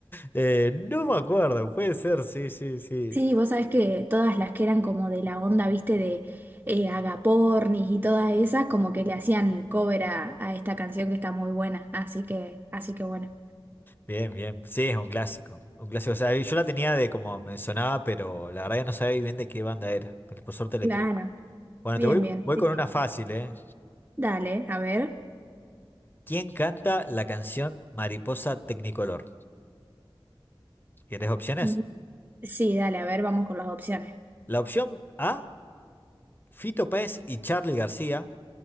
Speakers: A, on the left (about 20°); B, on the right (about 25°).
A: Eh, no me acuerdo, puede ser, sí, sí, sí.
B: Sí, vos sabés que todas las que eran como de la onda, viste, de eh, Agapornis y todas esas, como que le hacían cover a, a esta canción que está muy buena. Así que, así que bueno.
A: Bien, bien. Sí, es un clásico. Un clásico. O sea, yo la tenía de como me sonaba, pero la verdad que no sabía bien de qué banda era. Pero por suerte le
B: Claro,
A: pegué. Bueno,
B: bien,
A: te voy,
B: bien.
A: voy
B: Sí,
A: con
B: sí.
A: una fácil, ¿eh?
B: Dale, a ver.
A: ¿Quién canta la canción Mariposa Tecnicolor? ¿Querés opciones?
B: Mm. Sí, dale, a ver, vamos con las opciones.
A: La opción A, Fito Páez y Charly García